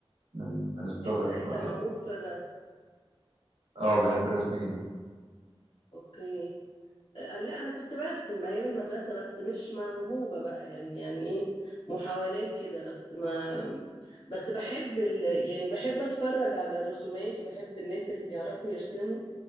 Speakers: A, on the right; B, on the left.
A: من من الصغر
B: انت انت
A: ف
B: موهوب في الرسم
A: اه بحب الرسم جدا
B: اوكي آه، لا انا كنت برسم ايام المدرسه بس مش موهوبه بقى يعني يعني ايه محاولات كده بس ما بس بحب ال... يعني بحب اتفرج على الرسومات وبحب الناس اللي بيعرفوا يرسموا